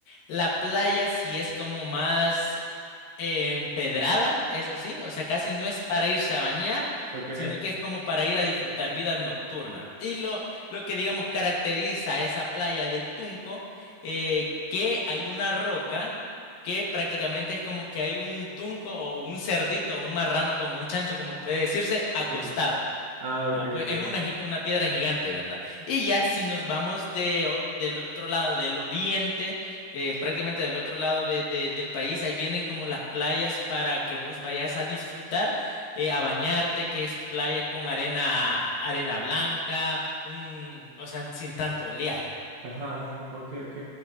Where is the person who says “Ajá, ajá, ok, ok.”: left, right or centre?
Right